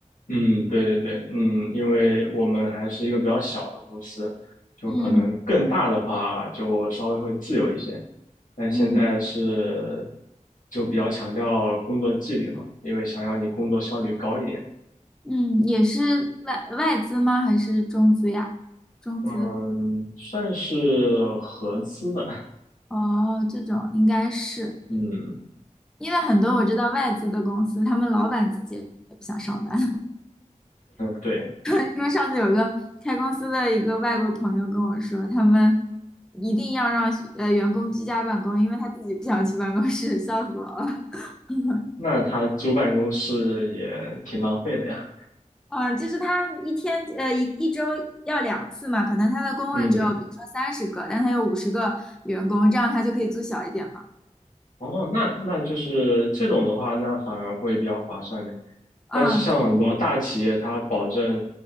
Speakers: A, on the left; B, in the centre.
A: 嗯，对对对，嗯，因为我们还是一个比较小的公司，就可能更大的话就稍微会自由一些，
B: 嗯
A: 但现在是
B: 嗯
A: 就比较强调工作纪律嘛，因为想要你工作效率高一点，
B: 嗯，也是外外资吗？还是中资呀？中资。
A: 嗯，算是合资的，
B: 哦，这种应该是，
A: <laughs> 嗯，
B: 因为很多我知道外资的公司，他们老板自己也不想上班。
A: 对，
B: <laughs> 因为上次有一个开公司的一个外国朋友跟我说，他们一定要让呃员工居家办公，因为他自己不想去办公室，笑死我了。<laughs>
A: 那他租办公室也挺浪费的呀，
B: 嗯，就是他一天呃一一周要两次嘛，可能他的工位只有比如说三十个，
A: 嗯
B: 但他有五十个员工，这样他就可以租小一点嘛。
A: 哦，那那就是这种的话，那反而会比较划算的。
B: 嗯，
A: 但是像很多大企业，
B: 对，
A: 它保证